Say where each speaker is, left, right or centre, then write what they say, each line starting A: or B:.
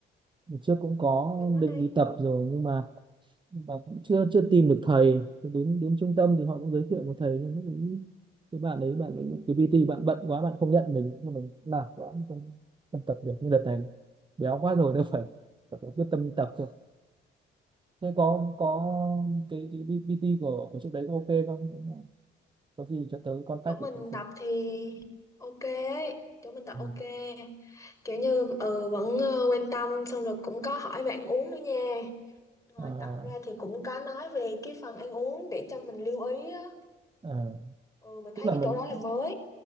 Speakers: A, on the right; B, on the left.
A: đợt trước cũng có
B: ừ, mình nói
A: định
B: đi,
A: đi tập rồi nhưng mà và cũng chưa chưa tìm được thầy Thì đến đến trung tâm thì họ cũng giới thiệu một thầy nhưng mà cũng cái bạn ấy bạn ấy, cái PT bạn bận quá bạn không nhận mình nhưng mình làm quá không, không tập được như đợt này béo quá rồi đâu phải tập phải có quyết tâm tập thôi thế có có cái cái PT của của trước đấy có ok không có gì cho tớ contact
B: chỗ mình
A: để tớ
B: tập
A: thử.
B: thì ok, chỗ mình tập
A: Ừ.
B: ok, kiểu như ừ vẫn ờ, quan tâm xong rồi cũng có hỏi về ăn uống nữa nha ngoài
A: à,
B: tập ra thì cũng có nói về cái phần ăn uống để cho mình lưu ý á
A: à,
B: ừ mình thấy
A: tức là
B: cái
A: mình
B: chỗ đó là mới